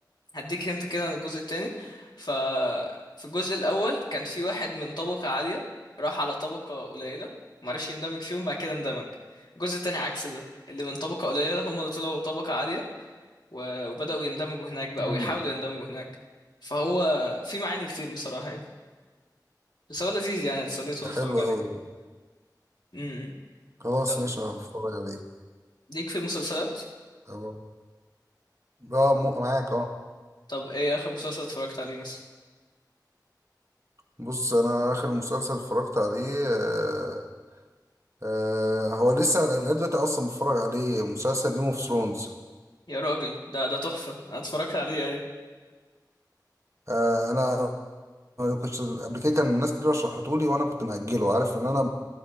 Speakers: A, on the left; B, on the right.
A: هديك هنت كده عن الجزء التاني ف في الجزء الاول كان في واحد من طبقه عاليه راح على طبقه قليله معرفش يندمج فيهم بعد كده اندمج الجزء التاني عكس ده اللي من طبقه قليله هم اللي طلعوا طبقه عاليه و... وبداوا يندمجوا هناك بقى
B: امم
A: ويحاولوا يندمجوا هناك فهو في معاني كتير بصراحه يعني بس هو لذيذ يعني اتسليت
B: ده
A: وانا اتفرج
B: حلو
A: عليه
B: قوي
A: امم
B: خلاص
A: طب،
B: ماشي هتفرج عليه
A: ليك في المسلسلات
B: طب- اه م- معاك اه
A: طب ايه اخر مسلسل اتفرجت عليه مثلا
B: بص انا اخر مسلسل اتفرجت عليه آه آه هو لسه انا لغايه دلوقتي اصلا بتفرج عليه مسلسل جيم اوف ثرونز
A: يا راجل ده ده تحفة انا اتفرجت عليه ايوه
B: آه انا كنت قبل كده كان الناس كتير رشحتهولي وانا كنت مأجله عارف ان انا